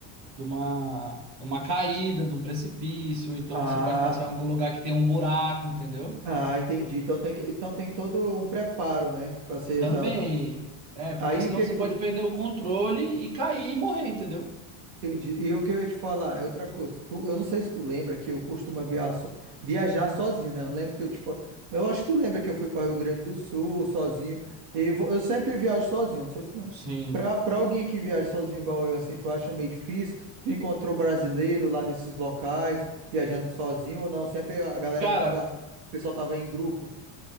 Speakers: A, on the right; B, on the right.
A: de uma, uma caída, de um precipício. Então,
B: Ah,
A: você pode passar em algum lugar que tem um buraco, entendeu?
B: ah, entendi. Então tem que, então tem todo um preparo, né? Pra ser
A: Também.
B: exato.
A: É, porque
B: Aí
A: senão
B: o que,
A: você pode
B: o
A: perder o controle e cair e morrer, entendeu?
B: Entendi. E o que eu ia te falar é outra coisa. Tu, eu não sei se tu lembra que eu costumo via- so- viajar sozinho, né? Eu lembro que eu te fa- Eu acho que tu lembra que eu fui para Rio Grande do Sul sozinho. E vo- eu sempre viajo sozinho, não sei se tu lembra.
A: Sim.
B: Pra, pra alguém que viaja sozinho igual eu, assim, tu acha meio difícil? Tu encontrou brasileiro lá nesses locais, viajando sozinho ou não? Sempre a galera
A: Cara,
B: tava. O pessoal tava em grupo.